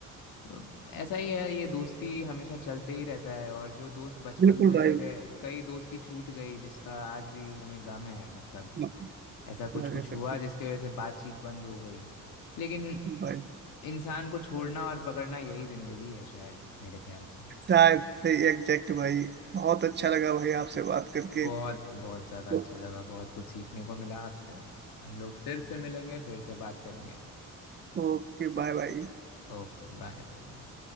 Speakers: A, on the left (about 85°); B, on the right (about 30°).
A: तो ऐसा ही है ये दोस्ती हमेशा चलते ही रहता है और जो दोस्त बचपन
B: बिल्कुल
A: से रह
B: भाई
A: गए कई दोस्ती छूट गई जिसका आज भी हमें गम है मतलब
B: म- क्या
A: ऐसा कुछ
B: कह
A: कुछ
B: सकते
A: हुआ जिसके वजह से बातचीत बंद हो गई लेकिन
B: हैं। भाई
A: इंसान को छोड़ना और पकड़ना यही ज़िंदगी है शायद मेरे ख्याल से
B: शायद सही एग्जैक्ट भाई बहुत अच्छा लगा भाई आपसे बात करके
A: बहुत बहुत ज़्यादा
B: तो,
A: अच्छा लगा बहुत कुछ सीखने को मिला आपसे हम लोग फिर से मिलेंगे फिर से बात करेंगे
B: ओके बाय बाय
A: Okay bye bye bye